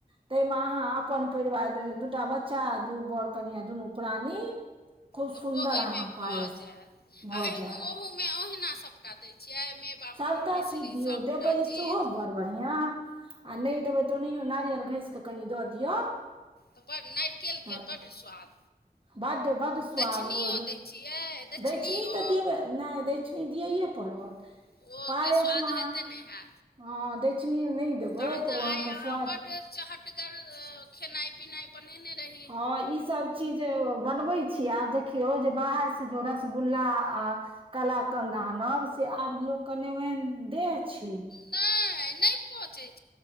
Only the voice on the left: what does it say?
त
ओ ओय
में
भ जैत
आ ऐ
ओहो में ओहिना सब टा दै छियै मेवामे
मिश्री
सभटा
चीज
त बर नारिकेल
के बड्ड स्वाद
दक्षिणियो
दै छियै दक्षिणियो
<unintelligible> हो
के स्वाद
हेतै नेहा
तहन
त
आय आहाँ
बड्ड चहटगर खेनाई पिनाई बनेने रही
नै नै पचै छै